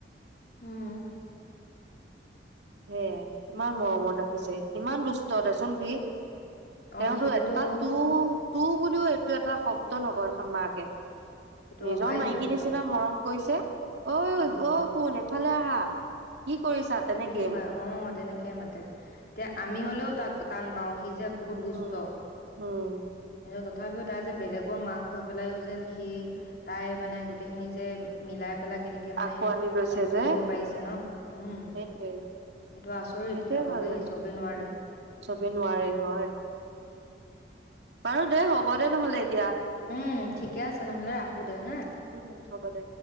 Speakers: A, on the left; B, on the right.
A: উম
B: সেয়াই কিমান মৰমত ৰাখিছে কিমান দুষ্ট দেচোন সি
A: অ
B: তেওঁতো
A: সিটোতো
B: এটা তু তু বুলিও এই । টো এটা শব্দ নকয় মাকে ।
A: সিটো
B: নিজৰ
A: অবাইচ
B: মাইকী
A: দুষ্ট
B: নিচিনা মৰম কৈছে অহ, ঐ
A: উম
B: অহ, শুন এক ভালে আহা। কি কৰিছা? তেনেকে
A: অহ, তেনেকে মাতে। আমি হলেও টাক-টান পাওঁ। সি যে বহুত দুষ্ট।
B: উম উম
A: তথাপিও তাই যে বেলেগৰ মাক হৈ পেলাইো যেন সি,
B: উম
A: তাই মানে গোটেইখিনি যে মিলাই পেলাই কেনেকে মানে
B: আকোৱালি লৈছে
A: চম্ভালিব
B: যে
A: পাৰিছে ন? উম
B: সেইটোৱে,
A: সেইটো আচৰিত
B: সেইটোৱে
A: আকৌ
B: ভাল
A: দেই
B: লাগে।
A: চবেই নোৱাৰে
B: উম, ছবি নোৱাৰে হয়। বাৰু দে হ'ব দে নহ'লে। এতিয়া
A: উম, ঠিকে আছে নহলে ৰাখো দে হা?
B: উম হ'ব দে